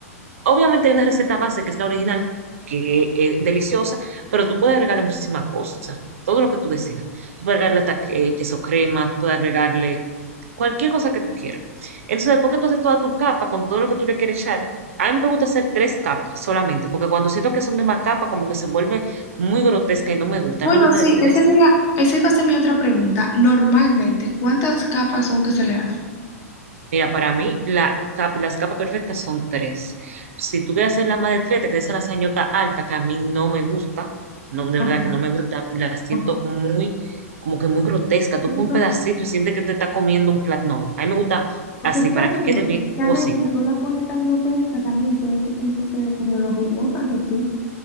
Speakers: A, on the right; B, on the left.
A: Obviamente hay una receta base que está original, que es deliciosa, pero tú puedes agregarle muchísimas cosas, todo lo que tú decidas. Tú puedes agregarle hasta que- queso crema, tú puedes agregarle cualquier cosa que tú quieras. Entonces, después que tú haces toda tu capa con todo lo que tú le quieres echar, a mí me gusta hacer tres capas solamente, porque cuando siento que son de más capas, como que se vuelve muy grotesca y no me gusta.
B: Bueno,
A: A mí me gusta
B: sí,
A: de tres
B: esa sería, esa iba a ser mi otra pregunta. Normalmente, ¿cuántas capas son que se le hace?
A: Mira, para mí la ca- las capas perfectas son tres. Si tú quieres hacer la más de tres, te quedas a la sañota alta, que a mí no me gusta, no, de
B: Ok,
A: verdad que no me gusta, la siento
B: ok.
A: muy, como que muy grotesca. Tú
B: No,
A: con un pedacito y sientes que te está comiendo un plato. No, a mí me gusta
B: Porque
A: así,
B: tú
A: para
B: sabes
A: que
B: que,
A: quede bien
B: que
A: jugosita.
B: a veces si tú la pones tan grotesca también puede ser que no te quede como lo jugosa que tú